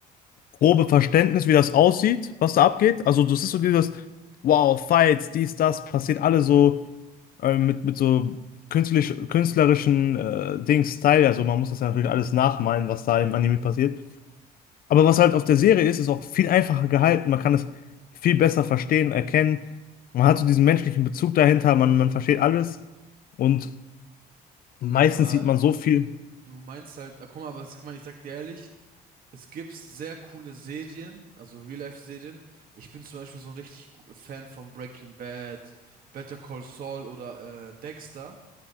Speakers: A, on the left; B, on the right.
A: grobe Verständnis, wie das aussieht, was da abgeht. Also das ist so dieses, wow, Fights, dies, das, passiert alle so äh, mit, mit so künstlich, künstlerischen äh, Dings Style. Also man muss das ja natürlich alles nachmalen, was da im Anime passiert. Aber was halt auf der Serie ist, ist auch viel einfacher gehalten. Man kann es viel besser verstehen, erkennen. Man hat so diesen menschlichen Bezug dahinter, man, man versteht alles. Und meistens
B: Aber
A: sieht man so viel.
B: du, du meinst halt, ah, guck mal, aber es- guck mal, ich sag dir ehrlich, es gibt sehr coole Serien, also Real-Life-Serien. Ich bin zum Beispiel so ein richtig gu- Fan von Breaking Bad, Better Call Saul oder äh, Dexter.